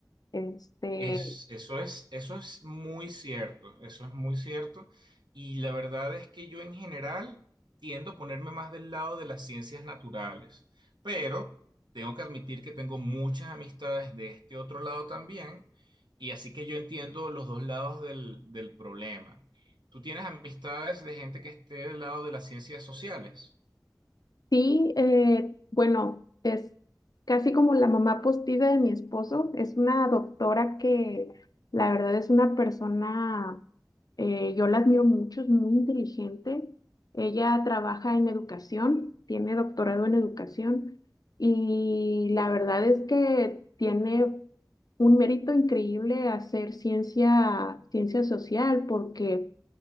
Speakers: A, on the left; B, on the right.
A: Este,
B: Es, eso es, eso es muy cierto, eso es muy cierto. Y la verdad es que yo en general tiendo a ponerme más del lado de las ciencias naturales, pero tengo que admitir que tengo muchas amistades de este otro lado también, y así que yo entiendo los dos lados del, del problema. ¿Tú tienes amistades de gente que esté del lado de las ciencias sociales?
A: Sí, eh, bueno, es casi como la mamá postida de mi esposo. Es una doctora que la verdad es una persona, eh, yo la admiro mucho, es muy inteligente. Ella trabaja en educación, tiene doctorado en educación y la verdad es que tiene un mérito increíble hacer ciencia, ciencia social porque...